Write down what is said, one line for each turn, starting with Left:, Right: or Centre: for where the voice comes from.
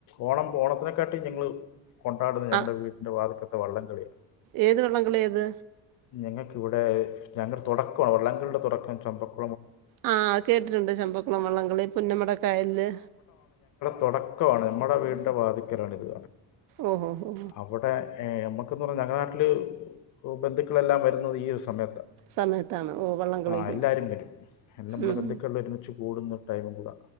Left: ഓണം ഓണത്തിനെക്കാട്ടി ഞങ്ങള് കൊണ്ടാടുന്ന ഞങ്ങളുടെ
Right: ആഹ്
Left: വീട്ടിന്റെ വാതക്ക വള്ളം കളിയ
Right: ഏത് വള്ളം കളിയാ അത്
Left: ഞങ്ങൾക്കിവിടെ ഞങ്ങൾ തുടക്കമാണ് വള്ളങ്ങളുടെ തുടക്കം അക്കൻ ചമ്പക്
Right: ആ അത് കേട്ടിട്ട്ണ്ട് ചെമ്പക്കുളം വള്ളംകളി പുന്നമടക്കായലില്
Left: തോടക്കവാണ് നമ്മടെ വീടിൻ്റെ വാദ്ക്കലാണിത്
Right: ഓഹോ ഹോ
Left: അവ്ടെ ഏ <unintelligible> ഞങ്ങള <unintelligible> ബന്ധുക്കളെല്ലാം വരുന്നത് ഈ ഒരു സമ
Right: സമയത്താണ് ഓ വള്ളം കളിക്ക്
Left: ആ എല്ലാരും വരും നമ്മളെ
Right: ഉം
Left: ബന്ധുക്കൾ <unintelligible> കൂടുന്ന ടൈമും കൂടെ